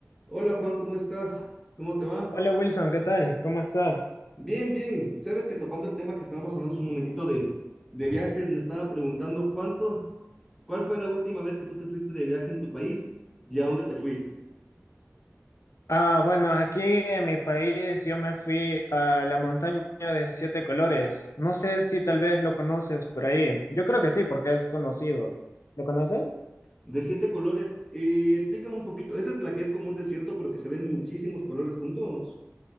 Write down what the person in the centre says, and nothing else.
Hola Juan, ¿cómo estás? ¿Cómo te va?
Bien, bien. Sabes que topando el tema que estábamos hablando hace un momentito de, de viajes, me estaba preguntando cuánto, cuál fue la última vez que tú te fuiste de viaje en tu país y a dónde te fuiste.
De siete colores, eh, explícame un poquito. Esa es la que es como un desierto, pero que se ven muchísimos colores juntos.